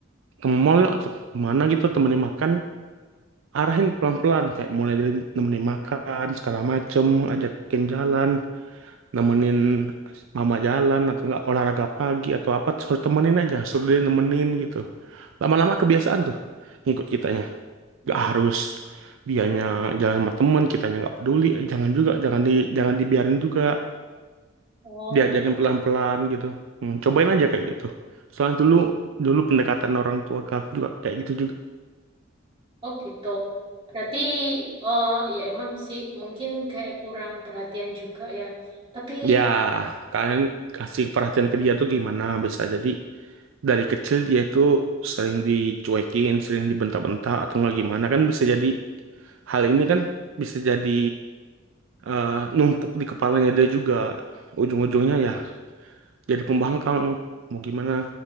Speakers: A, on the right; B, on the right.
A: ke mall yuk atau kemana gitu temenin makan. arahin pelan-pelan kayak mulai dari nemenin makan segala macem ajakin jalan nemenin mama jalan atau enggak olahraga pagi atau apa suruh temenin aja suruh dia nemenin gitu lama-lama kebiasaan tuh ngikut kitanya
B: Hmm.
A: gak harus dianya jalan sama temen kitanya nggak peduli jangan juga jangan di jangan dibiarin juga
B: Oh.
A: diajakin pelan-pelan gitu Hmm, cobain aja kayak gitu soalnya dulu dulu pendekatan orang tua ke aku juga kayak gitu
B: Oh gitu. Berarti eh ya emang sih mungkin kayak kurang perhatian juga ya. Tapi
A: Ya, kalian kasih perhatian ke dia tuh gimana bisa jadi dari kecil dia itu sering dicuekin, sering dibentak-bentak atau nggak gimana kan bisa jadi hal ini kan bisa jadi eh, numpuk di kepalanya dia juga ujung-ujungnya ya jadi pembangkang mau gimana